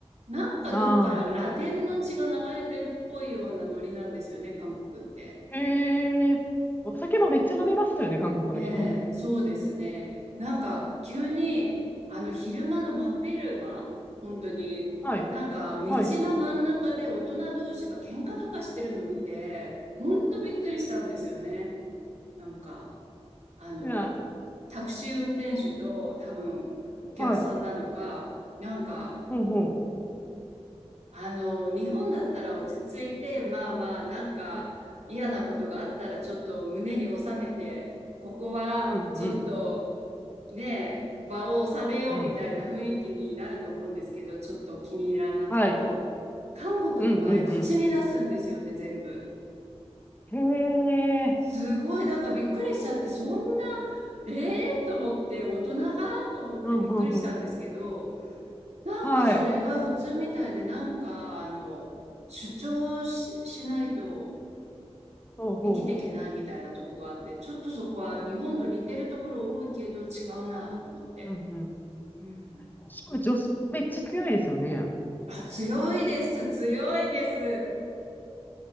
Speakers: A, on the right (about 85°); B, on the left (about 15°).
A: なんかどっからラテンの血が流れてるっぽいようなノリなんですよね、
B: うん。あ
A: 韓国って。
B: あ。へえ。お酒もめっちゃ飲みますよね、韓国の人。
A: ねえ、
B: うん
A: そうですね。なんか、急に、あの、昼間の真っ昼間、本当に、
B: はい。
A: なんか、道の真ん中で大人同士が喧嘩とかしてるの見て、
B: はい。
A: 本当びっくりしたんですよね。なんか、あの、
B: じゃ
A: タクシー運転手と多分お客さんなのか、
B: あ、はい。
A: なんか、
B: ほうほ
A: あの、日本だったら落ち着いて、まあまあ、なんか、
B: う。
A: 嫌なことがあったらちょっと胸に収めて、ここはちょっと、
B: うんうん
A: ねえ、場を収めようみたいな雰囲気になると思うんですけど、
B: うん。
A: ちょっと気に入らなくても。
B: はい。
A: 韓国の場合、
B: うんうん
A: 口に出すんですよね、全部。
B: うん。へえ。
A: すごい、だからびっくりしちゃって、そんな、ええと思って、大人がと思ってびっくりしたんですけど、
B: うんうんうん。
A: なんかそれが普通みたいで、
B: はい。
A: なんか、あの、主張し、しないと
B: ほうほ
A: 生きていけないみたいなとこがあって、ちょっとそこは日本と似てるところ多いけど違うなぁと思って。
B: う。うんうん。
A: うん。
B: しかも女性めっちゃ強いですよね。
A: あ、強いです、強いです。